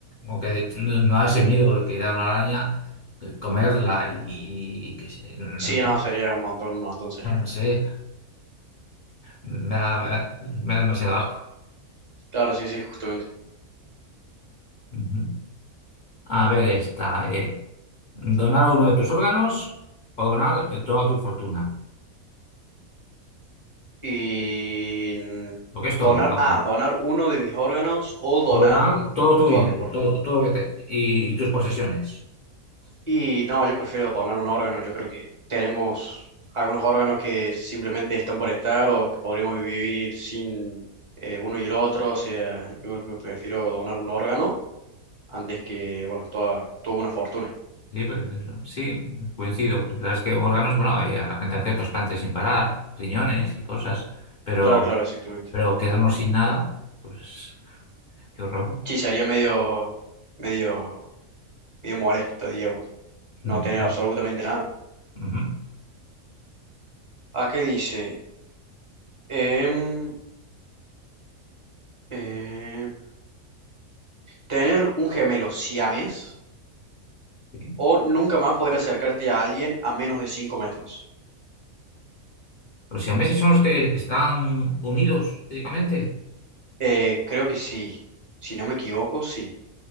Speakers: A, on the left; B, on the right.
A: aunque no, no da ese miedo que da una araña, que comerla y, que se- no, no-
B: Sí, no,
A: no
B: sería un montón, un montón sería.
A: sé, me da, me da- me da demasiado asco.
B: Claro, sí, sí, justamente.
A: Ujú. A ver esta, eh, donar uno de tus órganos o donar eh, toda tu fortuna,
B: Y mm,
A: lo que es
B: donar,
A: todo, vamos.
B: ah, donar uno de mis órganos o donar
A: O donar todo tu
B: toda
A: dinero,
B: mi mis
A: todo, todo lo que te- y y tus posesiones.
B: Y no, yo prefiero donar un órgano. Yo creo que tenemos algunos órganos que simplemente están por estar o que podríamos vivir sin eh, uno y el otro. O sea, yo creo que prefiero donar un órgano antes que, bueno, toda, toda una fortuna.
A: Sí, pues, eso, sí, coincido, porque sabes que órganos, bueno, eh, a la gente hace trasplantes sin parar, riñones y cosas, pero,
B: Claro, claro, exactamente.
A: pero quedarnos sin nada, pues qué horror.
B: Sí, sería medio, medio, medio molesto, digamos, no
A: Mm,
B: tener
A: Sí.
B: absolutamente nada.
A: Ujú,
B: ¿A qué dice? Em, eh, tener un gemelo siames
A: sí.
B: o nunca más poder acercarte a alguien a menos de 5 metros.
A: Los siameses son los que están unidos físicamente.
B: Eh, creo que sí. Si no me equivoco, sí.